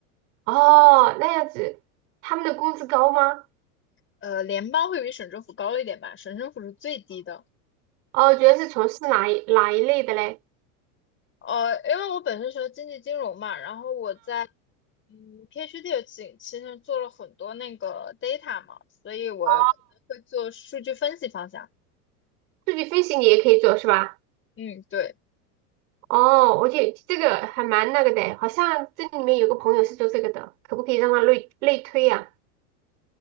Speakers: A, on the right (about 60°); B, on the left (about 25°).
A: 哦，那样子，他们的工资高吗？
B: 呃，联邦会比省政府高一点吧，省政府是最低的。
A: 哦，主要是从事哪一哪一类的嘞？
B: 呃，因为我本身学经济金融嘛，然后我在嗯 PhD 的期期间做了很多那个 data 嘛，所以我可能会做数据分析方向。
A: 哦，数据分析你也可以做是吧？
B: 嗯，对。
A: 哦，我觉得这个还蛮那个的，好像这里面有个朋友是做这个的，可不可以让他类类推呀、